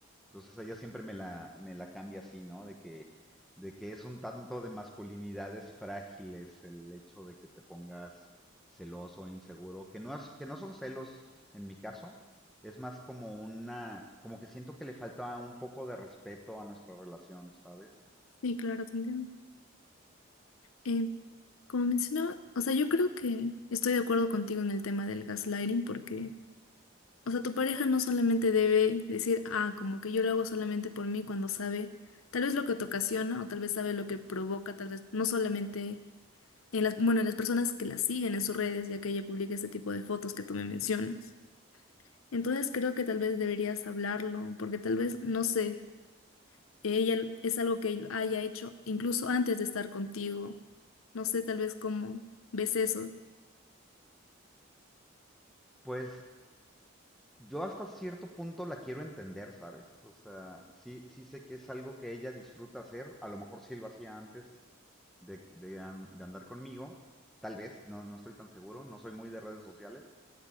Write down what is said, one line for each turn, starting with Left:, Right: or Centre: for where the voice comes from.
Centre: Entonces ella siempre me la, me la cambia así, ¿no? De que, de que es un tanto de masculinidades frágiles el hecho de que te pongas celoso e inseguro, que no es, que no son celos en mi caso, es más como una, como que siento que le falta un poco de respeto a nuestra relación, ¿sabes?
Left: sí, claro, te entiendo. Eh, como mencionaba, o sea, yo creo que estoy de acuerdo contigo en el tema del gaslighting porque... O sea, tu pareja no solamente debe decir, ah, como que yo lo hago solamente por mí cuando sabe tal vez lo que te ocasiona o tal vez sabe lo que provoca, tal vez no solamente en las, bueno, en las personas que la siguen en sus redes, ya que ella publica este tipo de fotos que tú me mencionas. Entonces creo que tal vez deberías hablarlo, porque tal vez, no sé, ella es algo que haya hecho incluso antes de estar contigo. No sé, tal vez cómo ves eso.
Centre: Pues Yo hasta cierto punto la quiero entender, ¿sabes? O sea, sí, sí sé que es algo que ella disfruta hacer. A lo mejor sí lo hacía antes de, de an- de andar conmigo. Tal vez, no, no estoy tan seguro. No soy muy de redes sociales.